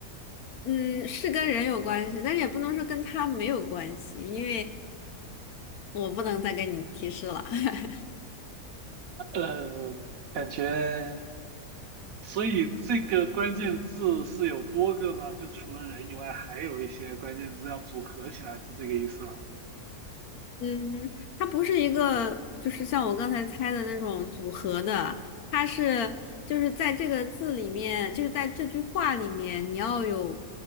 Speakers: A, on the left (about 75°); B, on the right (about 65°).
A: 嗯，是跟人有关系，但是也不能说跟他没有关系，因为我不能再给你提示了。<laughs>
B: <laughs> 嗯，感觉，所以这个关键字是有多个吗？就除了人以外，还有一些关键字要组合起来，是这个意思吗？
A: 嗯，它不是一个，就是像我刚才猜的那种组合的，它是就是在这个字里面，就是在这句话里面，你要有